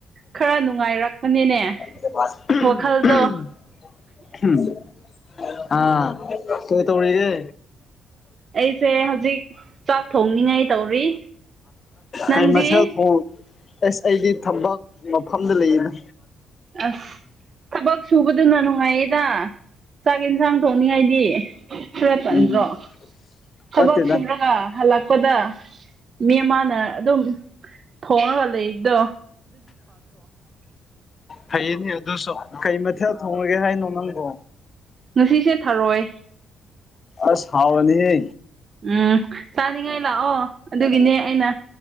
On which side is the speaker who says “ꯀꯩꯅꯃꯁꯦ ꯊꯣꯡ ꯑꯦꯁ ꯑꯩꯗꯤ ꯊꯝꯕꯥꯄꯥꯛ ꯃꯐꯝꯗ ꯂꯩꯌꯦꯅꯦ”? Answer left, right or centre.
Left